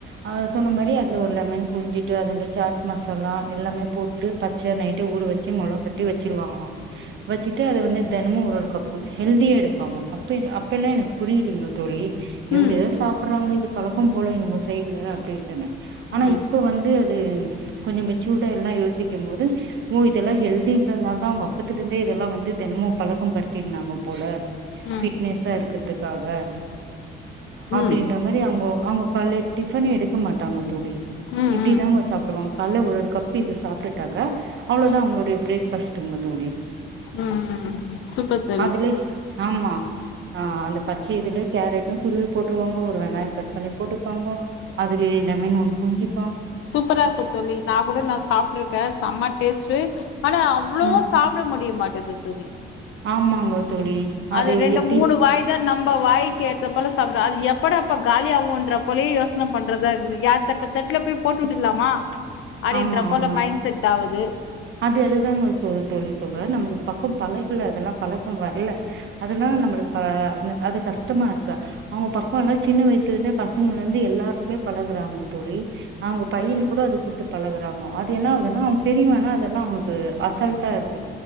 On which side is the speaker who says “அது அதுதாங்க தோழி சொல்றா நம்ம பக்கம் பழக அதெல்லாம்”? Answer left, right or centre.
Right